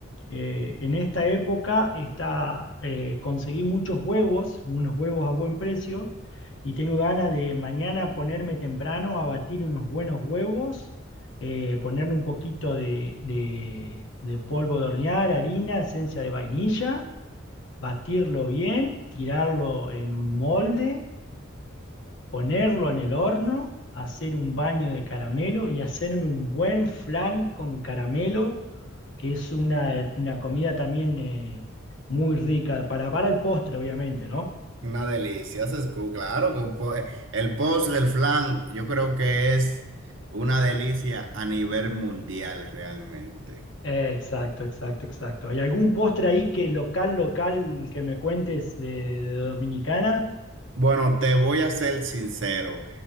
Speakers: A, on the left; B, on the right.
A: Eh, en esta época está, eh, conseguí muchos huevos, unos huevos a buen precio, y tengo ganas de mañana ponerme temprano a batir unos buenos huevos, eh, ponerle un poquito de, de de polvo de hornear, harina, esencia de vainilla batirlo bien, tirarlo en un molde, ponerlo en el horno, hacer un baño de caramelo y hacerme un buen flan con caramelo, que es una, una comida también eh, muy rica, para, para el postre, obviamente, ¿no?
B: Una delicia. Haces cu- Claro que un po- eh, el post del flan yo creo que es una delicia a nivel mundial realmente.
A: Eh, Exacto, exacto, exacto. ¿Hay algún postre ahí que local, local, que me cuentes de, de Dominicana?
B: Bueno, te voy a ser sincero.